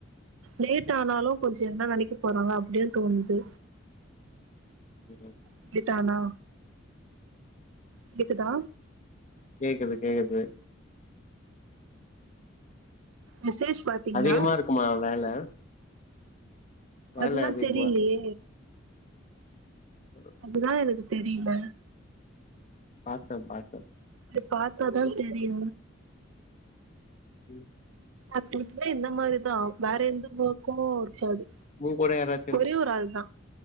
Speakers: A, on the right; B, on the left.
A: லேட் ஆனாலு கொஞ்சோ என்ன நெனைக்க போறாங்க அப்டியு தோணுது
B: உம்
A: இதுக்குதானா இதுக்குதா
B: கேக்குது கேக்குது
A: மெசேஜ் பாத்தீங்களா
B: அதிகமா இருக்குமா வேல வேல
A: அதுலா
B: அதிகமா
A: தெரிலயே
B: பர
A: அதுதா எனக்கு தெரில
B: பாத்தே பாத்தே
A: அது பாத்தாதா தெரியு
B: ம்.
A: ஆக்டீவிட்டீனா இந்த மாரிதா வேற எந்த ஓர்க்கோ இருக்காது
B: ஊங் கூட யாராச்
A: ஒரே ஒரு ஆள் தா